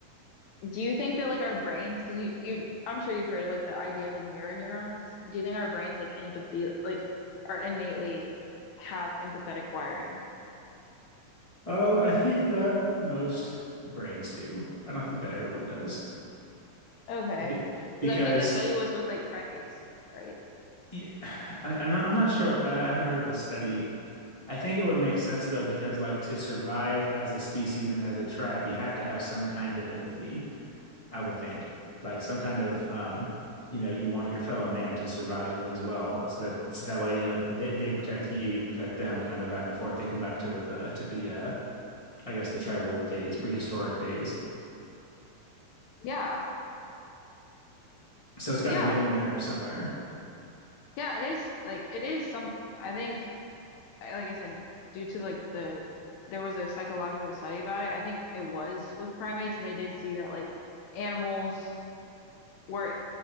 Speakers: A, on the left; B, on the left.
A: Do you think that like our brains, because you you I'm sure you've heard of like the idea of like mirror neurons. Do you think our brains like empathy like are innately have empathetic wiring?
B: Oh, I think that most brains do. I don't think that everyone does.
A: Okay.
B: Be
A: Because
B: because
A: I think the study was with like primates, right?
B: yeah, I, I'm not, I'm not sure. I, I haven't heard of this study. I think it would make sense though, because like to survive as a species and as a tribe, you have to have some kind of empathy, I would think. Like some kind of, um, you know, you want your fellow man to survive as well, so that so that way, you know, they, they protect you, you protect them, kind of back and forth, thinking back to the to the uh, I guess the tribal days, prehistoric days.
A: Yeah.
B: So it's got
A: Yeah.
B: to be in there somewhere.
A: Yeah, it is like it is some I think I- like I said due to like the there was a psychological study about it. I think it was with primates and they did see that like animals were